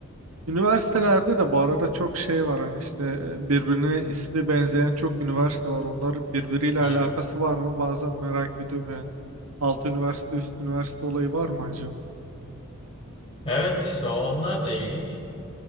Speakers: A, on the right (about 80°); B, on the left (about 25°).
A: üniversitelerde de bu arada çok şey var hani işte e, birbirine ismi benzeyen çok üniversite var. Onlar birbiriyle alakası
B: Evet.
A: var mı? Bazen merak ediyorum yani. Alt üniversite üst üniversite olayı var mı acaba?
B: Evet işte o- onlar da ilginç.